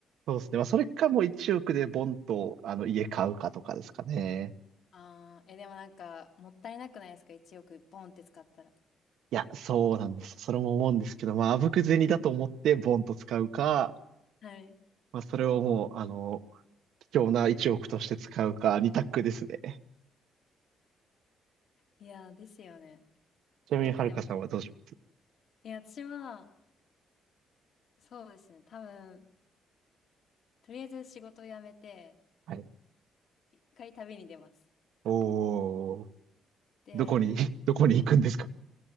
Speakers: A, on the right (about 75°); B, on the left (about 60°).
A: そうですね。まあ、それかもう1億でボンと、あの、家買うかとかですかね。
B: ああー、え、でもなんか、もったいなくないですか ?1 億ポンって使ったら。
A: いや、そうなんですよ。それも思うんですけど、まあ、あぶく銭だと思ってボンと使うか、
B: はい。
A: まあ、それをもう、あの、貴重な1億として使うか、2択ですね。
B: いやー、ですよね。
A: ちなみに、
B: なんかでも、
A: はるかさんはどうします
B: いや、私は、そうですね。多分、とりあえず仕事を辞めて、
A: はい。
B: 一回旅に出ます。
A: おー、
B: で、
A: どこに、<laughs> どこに行くんですか